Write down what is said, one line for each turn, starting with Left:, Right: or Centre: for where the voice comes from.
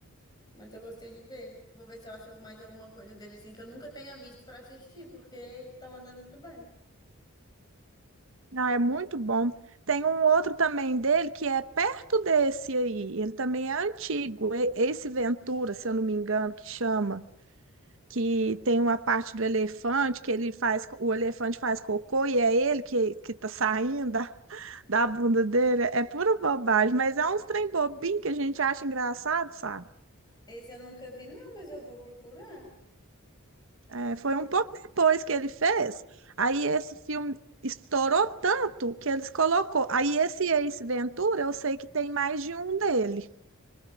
Left: mas eu gostei de ver. Vou ver se eu acho mais alguma coisa dele assim que eu nunca tenha visto pra assistir, porque tá andando muito bem.
Right: Não, é muito bom. Tem um outro também dele que é perto desse aí. Ele também é antigo. E- Esse Ventura, se eu não me engano, que chama. que tem uma parte do elefante que ele faz, o elefante faz cocô e é ele que, que tá saindo da, da bunda dele. É pura bobagem, mas é uns trem bobinho que a gente acha engraçado, sabe?
Left: Esse eu nunca vi, não, mas eu vou procurar.
Right: É, foi um pouco depois que ele fez. Aí esse filme estourou tanto que eles colocou. Aí esse Ace Ventura, eu sei que tem mais de um dele.